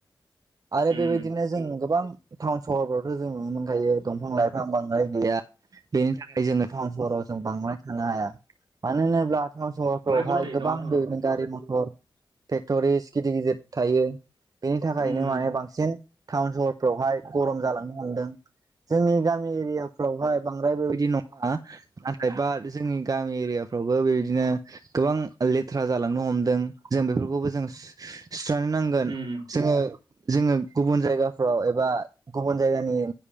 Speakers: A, on the right (about 45°); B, on the right (about 80°).
A: आरो
B: उम
A: बेबायदिनो जों गोबां टाउन सहरफोरावथ' जों नुनो मोनखायो दंफां लाइफां बांद्राय गैया बेनि थाखाय जोङो टाउन सहराव जों बांद्राय थानो हाया। मानो होनोब्ला टाउन सहरफ्रावहाय
B: बांद्राय गरम जायो
A: गोबां
B: टाउन सहराव
A: बेनो गारि मथर फेक्ट'रिस गिदिर गिदिर थायो बेनि थाखायनो
B: उम
A: माने बांसिन टाउन सहरफ्रावहाय गरम जालांनो हमदों जोंनि गामि एरियाफ्रावहाय बांद्राय बेबायदि नङा नाथाय बा जोंनि गामि एरियाफ्रावबो बेबादिनो गोबां लेथ्रा जालांनो हमदों जों बेफोरखौबो जों सुस्रानो नांगोन
B: उम
A: जोङो जोङो गुबुन जायगाफ्राव एबा गुबुन जायगानि